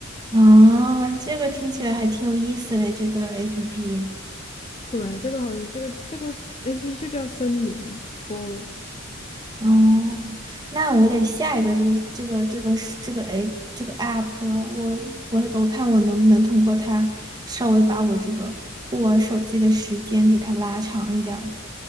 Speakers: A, on the right; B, on the left.
A: 啊，这个听起来还挺有意思嘞，这个 APP。
B: 对，这个好像这个这个 APP 就叫森林 （Forest）。
A: 哦，那我得下一个这个这个这个这个哎这个 app 了，我我我看我能不能通过它稍微把我这个不玩手机的时间给它拉长一点儿。